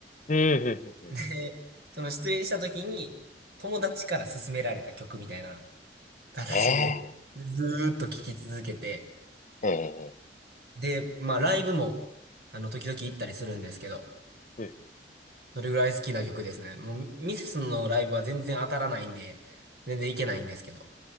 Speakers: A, on the left; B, on the right.
A: うん、うん、うん、うん。
B: で、その失恋した時に友達から勧められた曲みたいな形で、
A: ええ
B: ずーっと聴き続けて、
A: ええ、
B: で、まあライブも、あの、時々行ったりするんですけど、
A: うん。
B: それぐらい好きな曲ですね。もう、ミセスのライブは全然当たらないんで、全然行けないんですけど、